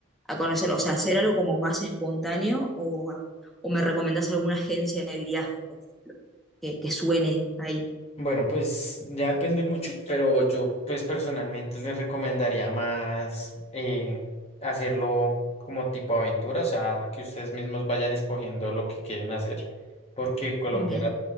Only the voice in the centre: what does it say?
a conocer, o sea, hacer algo como más espontáneo o, o me recomendás alguna agencia de viajes, por ejemplo, que, que suene ahí.
Bien.